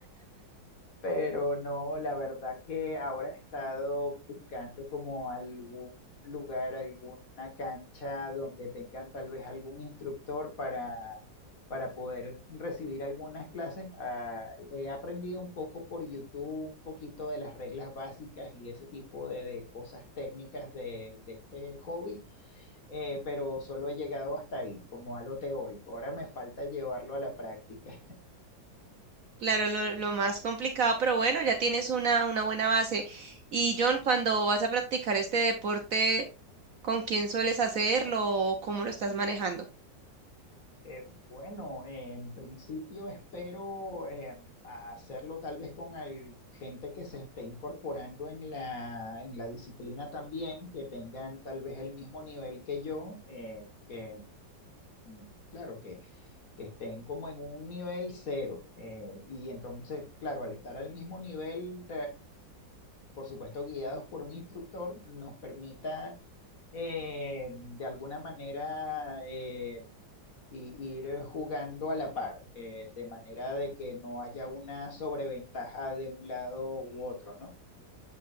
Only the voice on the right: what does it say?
Claro, lo, lo más complicado, pero bueno, ya tienes una, una buena base. Y John, cuando vas a practicar este deporte, ¿con quién sueles hacerlo o cómo lo estás manejando?